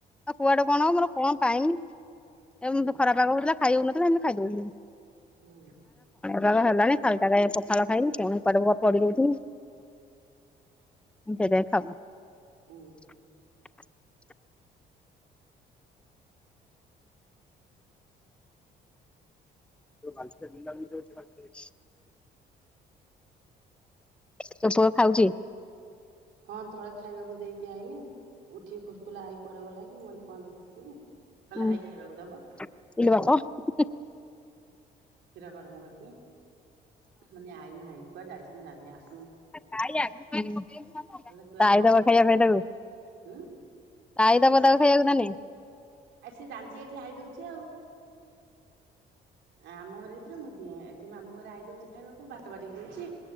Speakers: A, in the centre; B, on the right (about 80°).
A: ଆଉ କୁଆଡେ କଣ ହବ ମୋର କଣ ପାଇମି, ଏ
B: ହୁଁ
A: ଖରାପ ପାଗ ହଉଥିଲା ଖାଇ ହଉନଥିଲା, ସେମିତି ଖାଇଦଉଛି।
B: ହୁଁ
A: କଣାଗ ହେଲାନି ଖାଲିା ପଖାଳ ଖାଇଲିି ପୁଣିେ ପଡି ଦଉଥିଲି <inaudible>
B: ହୁଁ
A: <unintelligible> ଖାଉଚି
B: ହଁ ତଳେ ଖାଇ ଖାଇବାକୁ ଦେଇକି ଆଇନି ଉଠିକି ଖୋଜୁଥିଲା ଆଇ କୁଆଡେ ଗଲା କି ମୁଁ କହିଲି କଣ ପାଇଁ ଖୋଜୁଛୁ କି?
A: <unintelligible>
B: କହିଲା ଆଈ ଖାଇବାକୁ ଦବ କ୍ଷୀର ଗରମ କରିକି। ମାନେ ଆଇ ନାହିଁ। କୁଆଡେ ଯାଉଛି ମୁଁ ଜାଣିନି ଆସୁ
A: <inaudible>
B: କହିଲେ ତୁ ଏ ଗରମ କଣ ଉଁ
A: ଖାଇବାକୁ ତାନେ
B: ଆ ସେ ଜାଣିଛି ଏଠି ଆଇ ଦଉଛି ଆଉ। ଆ ଆମ ଘରେ ଏଇଥିଥିଲା, ମୁଁ ଦିଏଁ ଏଠି ମାମୁ ଘରେ ଆଇ ଦଉଛି, ଖାଇବାକୁ ଭାତ ବାଟିକି ଦଉଛି।